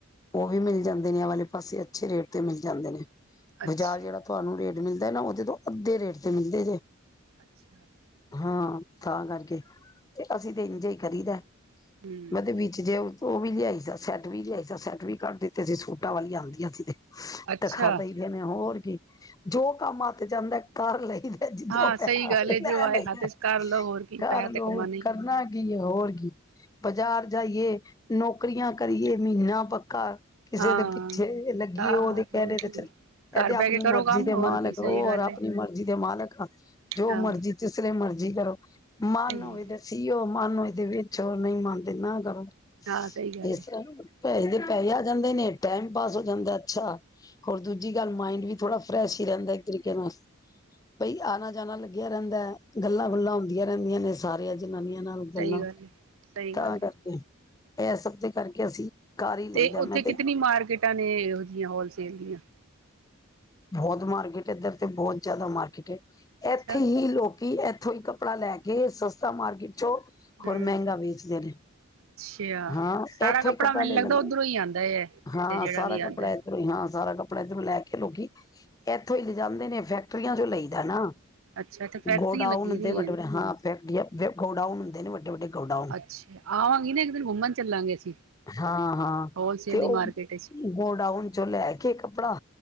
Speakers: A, on the left (about 15°); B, on the right (about 75°).
A: ਔ ਵੀ ਮਿਲ ਜਾਂਦੇ ਨੇ, ਐ ਵਾਲੇ ਪਾਸੇ ਅੱਛੇ ਰੇਟ ਤੇ ਮਿਲ ਜਾਂਦੇ ਨੇ।
B: ਅੱਛਾ
A: ਬਾਜ਼ਾਰ ਜਿਹੜਾ ਤੁਹਾਨੂੰ ਰੇਟ ਮਿਲਦਾ ਨਾ ਉਹਦੇ ਤੋਂ ਅੱਧੇ ਰੇਟ ਤੇ ਮਿਲਦੇ ਜੇ।
B: ਅੱਛਾ
A: ਹਾਂ ਤਾਂ ਕਰਕੇ, ਤੇ ਅਸੀਂ ਤੇ ਇੰਝੇ ਹੀ ਕਰੀਦਾ ਹੈ।
B: ਹੂੰ
A: ਮੈਂ ਤੇ ਵਿੱਚ ਜੇ ਔ ਉਹ ਵੀ ਲਿਆਈ ਦਾ ਸੈੱਟ ਵੀ ਲਿਆਈ ਸਾਂ ਸੈਟ ਵੀ ਕੱਢ ਦਿੱਤੇ ਸੀ ਸੂਟਾਂ ਵਾਲੀਆਂ ਆਉਂਦੀਆਂ ਸੀ ਤੇ।
B: ਅੱਛਾ
A: ਤੇ ਖਾਦੇ ਹੀ ਗਏ ਨੇ ਹੋਰ ਜੋ ਕੰਮ ਆਖ ਜਾਂਦਾ, ਕਰ ਲਈ। ਜਿੱਦੋਂ
B: ਹਾਂ
A: ਪਿਆ
B: ਸਹੀ ਗੱਲ ਹੈ
A: ਲੈ
B: ਜੋ ਆਏ
A: ਲਈਦਾ
B: ਹੱਥ ਚ ਕਰ ਲਓ ਹੋਰ ਕੀ
A: ਘਰ
B: ਪੈਸਾ
A: ਲੋ
B: ਤੇ ਕਮਾਉਣਾ ਹੀ
A: ਕਰਨਾ ਕੀ ਤੇ ਹੋਰ ਕੀ, ਬਜ਼ਾਰ ਜਾਈਏ ਨੌਕਰੀਆਂ ਕਰੀਏ ਮਹੀਨਾ ਪੱਕਾ ਕਿਸੇ
B: ਹਾਂ
A: ਦੇ ਪਿੱਛੇ ਲੱਗੀ
B: ਹਾਂ
A: ਔਦੇ ਕਹਿਣੇ
B: ਹੋਰ
A: ਤੇ
B: ਕੀ
A: ਚਲ, ਇਹ
B: ਘਰ
A: ਤੇ ਆਪਣੀ
B: ਬਹਿ ਕੇ
A: ਮਰਜ਼ੀ
B: ਕਰੋ ਕੰਮ
A: ਦੇ
B: ਹੋਰ
A: ਮਾਲਕ
B: ਕੀ ਸਹੀ
A: ਹੋਰ
B: ਗੱਲ
A: ਆਪਣੀ
B: ਹੈ
A: ਮਰਜ਼ੀ ਦੇ ਮਾਲਕ ਹਾਂ ਜੋ
B: ਹਾਂ
A: ਮਰਜ਼ੀ ਤਿਸਰੇ ਮਰਜ਼ੀ। ਜੀ ਕਰੋ ਮਨ
B: ਸਹੀ
A: ਹੋਵੇ
B: ਗੱਲ
A: ਤਾਂ ਸਹੀ ਹੋਵਾਂ। ਮਨ ਹੋਏ ਤੇ ਵਿੱਚ ਨਹੀਂ ਮੰਨਦੇ ਨਾ ਦਰਦ ਇਸ
B: ਹਾਂ ਸਹੀ ਗੱਲ ਹੈ
A: ਤਰਹ ਪੈਸੇ, ਪੈਸੇ ਆ ਜਾਂਦੇ ਨੇ ਟਾਈਮ ਪਾਸ ਹੋ ਜਾਂਦਾ ਐ ਅੱਛਾ ਹੋਰ ਦੂਜੀ ਗੱਲ ਮਾਇੰਡ ਵੀ ਥੋੜਾ ਫਰੈਸ਼ ਹੀ ਰਹਿੰਦਾ, ਇੱਕ ਤਰੀਕੇ ਨਾਲ। ਬਈ ਆਣਾ ਜਾਣਾ ਲੱ ਗਯਾ ਰੈਂਦਾ ਐ। ਗੱਲਾਂ
B: ਹਾਂ
A: ਗੁੱਲਾਂ ਹੁੰਦੀਆਂ ਰਹਿੰਦੀਆਂ ਨੇ ਸਾਰੀਆਂ ਜਨਾਨੀਆਂ
B: ਹਾਂ
A: ਨਾਲ ਗੱਲਾਂ,
B: ਸਹੀ ਗੱਲ ਹੈ ਸਹੀ
A: ਤਾਂ
B: ਗੱਲ
A: ਕਰਕੇ।
B: ਹੈ
A: ਇਹ ਸਭ ਦੇ ਕਰਕੇ ਅਸੀਂ ਕਰ ਹੀ ਲਈਦਾ
B: ਤੇ ਉੱਥੇ
A: ਮੈਂ
B: ਕਿਤਨੀ
A: ਤੇ
B: ਮਾਰਕੀਟਾਂ ਨੇ ਇਹੋ ਜਿਹੀਆਂ ਹੋਲਸੇਲ ਦੀਆਂ।
A: ਬਹੁਤ ਮਾਰਕੀਟ, ਈਧਰ ਤੇ ਬਹੁਤ ਜਿਆਦਾ ਮਾਰਕੀਟ ਐ।
B: ਅੱਛਾ
A: ਇੱਥੇ ਹੀ ਲੋਕੀ ਐਥੋਂ ਹੀ ਕੱਪੜਾ ਲੈ ਕੇ ਸਸਤਾ ਮਾਰਕੀਟ ਚ
B: ਹੂੰ
A: ਹੋਰ ਮਹਿੰਗਾ ਵੇਚਦੇ ਨੇ
B: ਅੱਛਾ
A: ਹਾਂ
B: ਸਾਰਾ
A: ਇੱਥੋਂ
B: ਕੱਪੜਾ
A: ਹੀ
B: ਮੈਨੂੰ
A: ਲੈ
B: ਲੱਗਦਾ
A: ਲੈਂਦੇ
B: ਔਧਰੋਂ ਹੀ ਆਉਂਦਾ ਹੈ, ਇਥੇ
A: ਹਾਂ
B: ਜਿਹੜਾ
A: ਸਾਰਾ
B: ਵੀ
A: ਕੱਪੜਾ
B: ਆਉਂਦਾ ਐ।
A: ਇੱਧਰੋਂ ਹੀ ਹਾਂ ਸਾਰਾ ਕੱਪੜਾ ਇੱਧਰੋਂ ਲੈ ਕੇ ਲੋਕੀ, ਇੱਥੋਂ ਹੀ ਲਿ ਜਾਂਦੇ ਨੇ ਫੈਕਟਰੀਆਂ ਚੋਂ ਲਈ ਦਾ ਨਾ।
B: ਅੱਛਾ ਇੱਥੇ ਫੈਕਟਰੀਆਂ
A: ਗੋਡਾਊਨ
B: ਲੱਗੀ ਦੀਆਂ
A: ਤੇ ਵਡੇ ਵਡੇ, ਹਾਂ, ਪੈ ਗੋਡਾਊਨ ਹੁੰਦੇ ਨੇ ਵੱਡੇ ਵੱਡੇ। ਗੋਡਾਊਨ
B: ਅੱਛਾ ਆਵਾਂਗੀ ਨਾ, ਫੇਰ ਘੁੰਉਮਾਣ ਚੱਲਾਂਗਾ ਅਸੀਂ,
A: ਹਾਂ-ਹਾਂ,
B: ਹੋਲਸੇਲ
A: ਤੇ
B: ਦੀ
A: ਉਹ
B: ਮਾਰਕੀਟ ਵਿੱਚ
A: ਗੋਡਾਊਨ ਚੋਂ ਲੈ ਕੇ ਕੱਪੜਾ